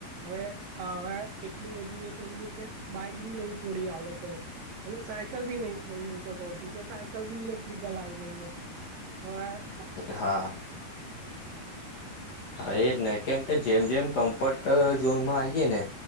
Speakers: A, on the right (about 70°); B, on the left (about 60°).
A: હવે હવે એટલું બધું એ થઈ ગયું કે બાઈક બી નહી છોડી આ લોકોએ. અને સાયકલ બી નહી છોડી હુતો કઉ છુ, કે સાયકલ બી ઇલેક્ટ્રિકલ આવી ગઈ છે. હ
B: હા
A: <inaudible>
B: હા એજ ને કેમ કે જેમ જેમ કમ્ફર્ટ ઝોનમાં આવીયે ને